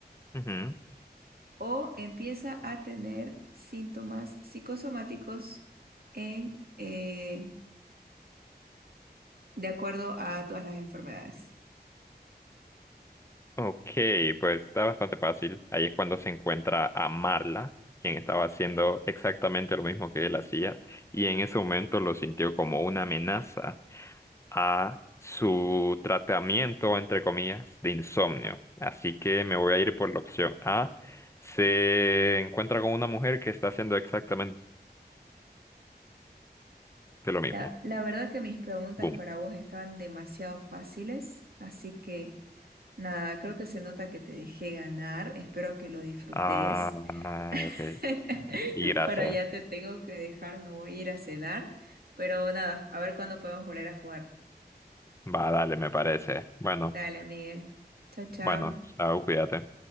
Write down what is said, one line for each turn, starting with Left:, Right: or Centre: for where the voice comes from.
Left: Ujú.
Right: o empieza a tener síntomas psicosomáticos en, eh, de acuerdo a todas las enfermedades.
Left: Ok, pues está bastante fácil. Ahí es cuando se encuentra a Marla, quien estaba haciendo exactamente lo mismo que él hacía, y en ese momento lo sintió como una amenaza a su tratamiento, entre comillas, de insomnio. Así que me voy a ir por la opción A. Se encuentra con una mujer que está haciendo exactamente lo mismo.
Right: La, la verdad que mis preguntas
Left: Boom.
Right: para vos estaban demasiado fáciles, así que nada, creo que se nota que te dejé ganar, espero que lo disfrutes.
Left: Ah,
Right: <laughs>
Left: ok. Y gracias.
Right: Para allá te tengo que dejar, me voy a ir a cenar, pero nada, a ver cuándo podemos volver a jugar.
Left: Va, dale, me parece. Bueno,
Right: Dale, Miguel. Chao, chao.
Left: bueno, chao, cuídate.